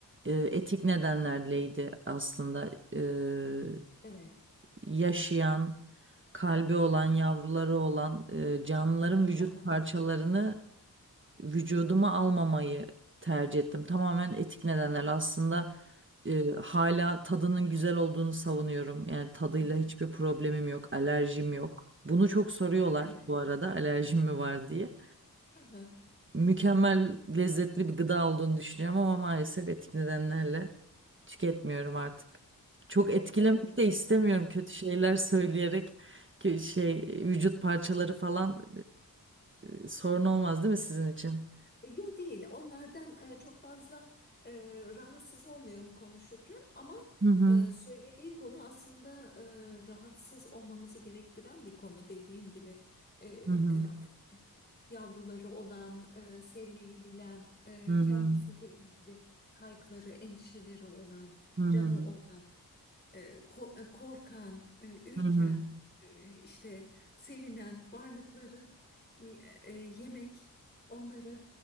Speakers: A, on the right; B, on the left.
A: eee, etik nedenlerleydi aslında. Eee,
B: evet.
A: yaşayan, kalbi olan, yavruları olan eee, canlıların vücut
B: Aha,
A: parçalarını vücuduma almamayı tercih ettim. Tamamen etik nedenlerle aslında e, hala tadının güzel olduğunu savunuyorum. Yani tadıyla
B: aha,
A: hiçbir problemim yok, alerjim yok. Bunu çok soruyorlar
B: evet.
A: bu arada alerjim mi var diye.
B: Aha,
A: Mükemmel lezzetli bir gıda olduğunu düşünüyorum ama maalesef etik nedenlerle tüketmiyorum artık. Çok etkilemek
B: evet.
A: de istemiyorum kötü şeyler söyleyerek ki şey vücut parçaları falan e, e, sorun olmaz değil mi sizin için?
B: E, Yo değil. Onlardan e, çok fazla e, rahatsız olmuyorum konuşurken ama
A: Hı hı.
B: e, söylediğin konu aslında e, rahatsız olmamızı gerektiren bir konu. Dediğin gibi e,
A: Hı hı.
B: e, ha- yavruları olan, e, sevmeyi bilen, e,
A: Hı
B: kendisiyle
A: hı.
B: ilgili kaygıları, endişeleri olan,
A: Hı hı.
B: canı olan e, ko- e, korkan, e, ürken,
A: Hı hı.
B: e, işte sevinen varlıkları e, e, yemek, onları